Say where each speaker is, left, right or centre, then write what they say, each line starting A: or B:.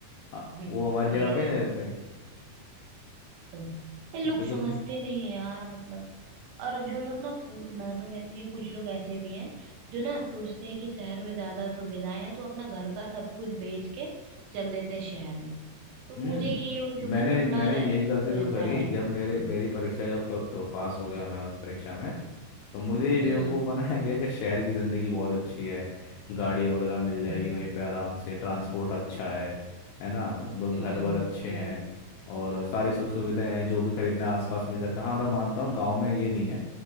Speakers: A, on the left; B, on the right.
A: आ,
B: <laughs>
A: वो हमारी
B: वही
A: जगह पे
B: ना
A: रहते हैं
B: तो ये लोग
A: उनके
B: समझते
A: तो
B: नहीं है यार मतलब और जो लोग ना पू- मैं तो कहती हूँ कुछ लोग ऐसे भी हैं जो ना सोचते हैं कि शहर में ज्यादा सुविधाएं हैं तो अपना घर का सब कुछ बेच के चल देते हैं शहर में तो
A: हम्म
B: मुझे ये उनके ऊपर
A: मैंने
B: ना थोड़ा
A: मैंने
B: रह,
A: यही गलती
B: रहता
A: तो करी
B: है
A: जब मेरे मेरी परीक्षा जब क- क- पास हो गया मैं उस परीक्षा में तो मुझे ये बेवकूफ़
B: हम्म
A: बनाया गया कि शहर की ज़िंदगी बहुत अच्छी है गाड़ी वगैरह मिल जाएगी
B: बिल-
A: वहीं पे आराम से ट्रांसपोर्ट अच्छा है है ना ब-
B: हम्म
A: घर वर अच्छे
B: हम्म
A: हैं और सारी सुख सुविधाएं हैं जो भी खरीदना आसपास मिल जाता है हाँ मैं मानता हूँ गांव में ये नहीं है